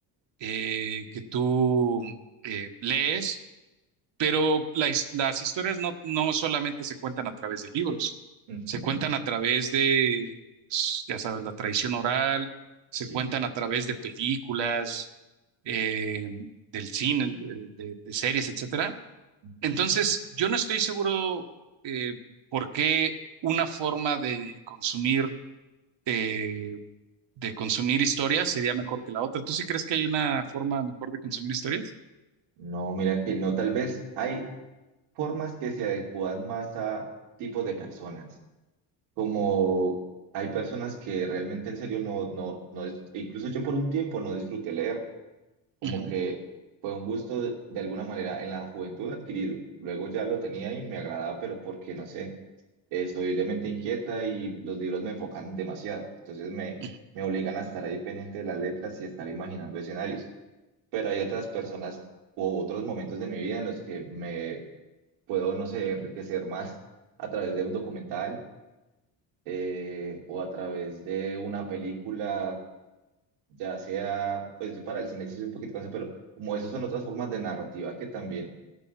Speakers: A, on the right; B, on the right.
A: eh, que tú eh, lees Pero la his- las historias no, no solamente se cuentan a través de libros,
B: ujú,
A: se cuentan a través de, pues, ya sabes, la tradición oral, se
B: sí.
A: cuentan a través de películas, eh, del cine, de, de- de series, etcétera.
B: ujú.
A: Entonces, yo no estoy seguro eh, por qué una forma de consumir, eh, de consumir historias sería mejor que la otra. ¿Tú sí crees que hay una forma mejor de consumir historias?
B: No, mira que no, tal vez hay, formas que se adecúan más a tipos de personas. Como hay personas que realmente en serio no, no, no, dis- incluso yo por un tiempo no disfruté leer, como
A: Ujú,
B: que fue un gusto de, de alguna manera en la juventud adquirido. Luego ya lo tenía y me agradaba, pero porque no sé, eh, soy de mente inquieta y los libros me enfocan demasiado. Entonces me,
A: ujú,
B: me obligan a estar ahí pendiente de las letras y estar imaginando escenarios. Pero hay otras personas u otros momentos de mi vida en los que me puedo, no sé, enriquecer más a través de un documental eh, o a través de una película, ya sea, pues yo para el cine sí soy un poquito cansado, pero como eso son otras formas de narrativa que también